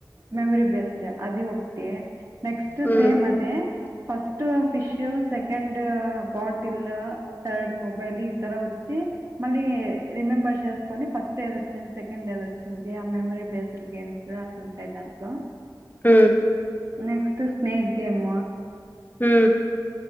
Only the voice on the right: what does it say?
మెమరీ బేస్డ్ అది ఒకటి నెక్స్ట్
సేమ్ అదే first fish second, bottle third, mobile ఈతర వచ్చి మళ్ళీ రిమెంబర్ చేసుకొని ఫస్ట్ ఏది వచ్చింది. సెకండ్ ఏది వచ్చింది. ఆ మెమరీ బేస్ గేమ్స్ అట్లుంటాయి. దాంట్లో
నెక్స్ట్ స్నేక్ గేమ్